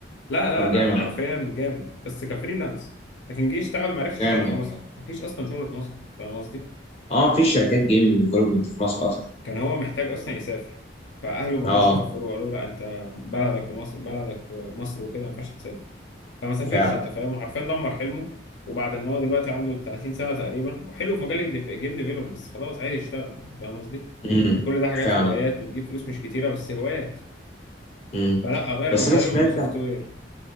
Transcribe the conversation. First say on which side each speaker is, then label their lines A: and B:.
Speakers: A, on the left (about 80°); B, on the left (about 35°).
A: لا لا
B: طب
A: لا
B: جامد
A: حرفيا جامد بس كفريلانس لكن جه يشتغل ما
B: طب
A: عرفش
B: جامد
A: يشتغل في
B: والله
A: مصر مفيش اصلا شغل في مصر فاهم قصدي
B: اه في شركات جيمنج ديفلوبمنت في مصر اصلا
A: كان هو محتاج اصلا يسافر فاهله ما
B: اه
A: رضوش يسافروا قالوا لا انت بلدك ومصر بلدك ومصر وكده ما ينفعش تسافر فما سافرش
B: فعلا
A: انت فاهم حرفيا دمر حلمه وبعد ان هو دلوقتي عنده 30 سنه تقريبا وحلو في مجال الديف- الجيم ديفلوب بس خلاص عايز يشتغل انت فاهم قصدي
B: امم
A: يعني كل ده حاجات
B: فعلا
A: هوايات وتجيب فلوس مش كتيره بس هوايات
B: امم
A: فلا غير
B: بس
A: مجاله
B: انا سمعت
A: لسوفت وير